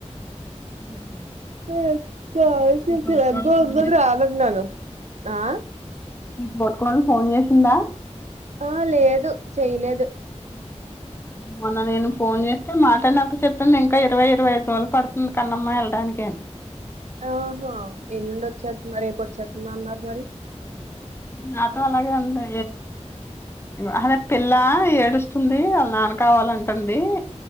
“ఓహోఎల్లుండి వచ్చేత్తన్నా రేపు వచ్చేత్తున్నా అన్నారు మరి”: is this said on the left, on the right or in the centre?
Right